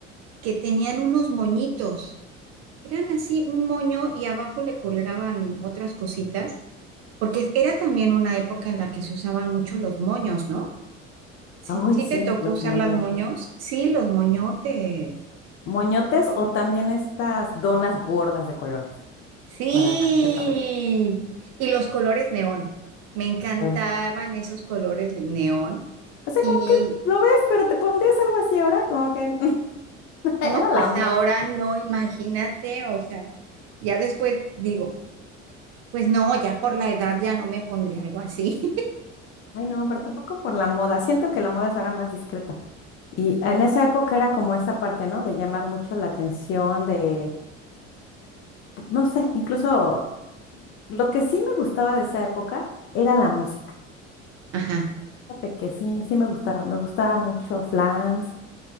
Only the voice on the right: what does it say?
que tenían unos moñitos. Eran así un moño y abajo le colgaban otras cositas, porque era también una época en la que se usaban mucho los moños, ¿no? Sí,
sí
te tocó
usar
las moños. Sí, los moñotes.
Sí.
Y los colores neón. Me encantaban
esos colores neón.
Y
no,
pues
ahora no, imagínate, o sea, ya después digo, pues no, ya por la edad ya no me pondría algo así.
<laughs> Ajá,